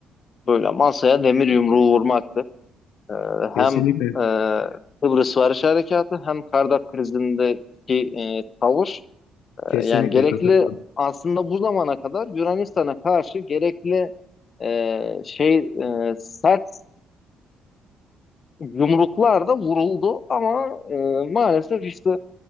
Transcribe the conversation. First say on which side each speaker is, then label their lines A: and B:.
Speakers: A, on the left; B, on the left.
A: böyle masaya demir yumruğu vurmaktı. E,
B: Kesinlikle.
A: hem e, Kıbrıs Barış Harekatı hem Kardak krizindeki e, tavır.
B: Kesinlikle
A: E, yani gerekli
B: katılıyorum.
A: aslında bu zamana kadar Yunanistan'a karşı gerekli e, şey e, sert yumruklar da vuruldu ama e, maalesef işte